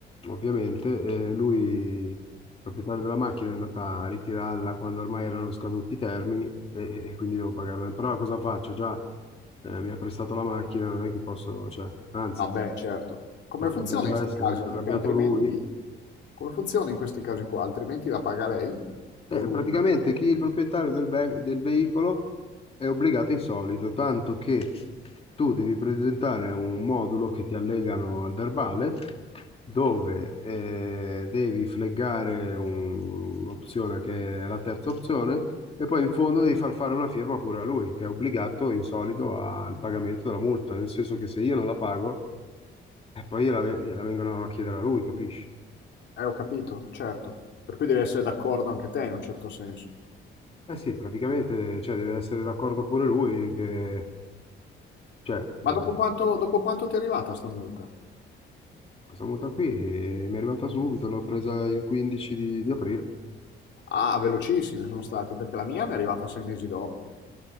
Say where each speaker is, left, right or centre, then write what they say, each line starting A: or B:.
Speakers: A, on the left; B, on the left.
A: ovviamente, eh, lui, il proprietario della macchina, è andato a ritirarla quando ormai erano scaduti i termini e, e- e quindi devo pagarla. Però cosa faccio? Già eh, mi ha prestato la macchina, non è che posso, cioè, anzi
B: No, beh, certo. Come
A: potrebbe
B: funziona
A: già
B: in 'sti
A: essere
B: casi? Perché
A: arrabbiato
B: altrimenti
A: lui.
B: come funziona in questi casi qua? Altrimenti la paga lei
A: Eh,
B: o lui?
A: praticamente chi è il proprietario del, ve- del veicolo è obbligato in solido, tanto che tu devi presentare un modulo che ti allegano al verbale, dove eh, devi fleggare un- un'opzione che è la terza opzione, e poi in fondo devi far fare una firma pure a lui, che è obbligato in solido al pagamento della multa, nel senso che se io non la pago, e poi gliela, ve- gliela vengono a chiedere a lui, capisci?
B: Eh, ho capito, certo. Per cui devi essere d'accordo anche te in un certo senso.
A: Eh sì, praticamente, cioè, deve essere d'accordo pure lui che, cioè,
B: Ma
A: eh,
B: dopo quanto, dopo quanto ti è arrivata sta multa?
A: questa multa qui eh, mi è arrivata subito, l'ho presa il 15 di, di aprile.
B: Ah, velocissimi sono stati, perché la mia mi è arrivata sei mesi dopo.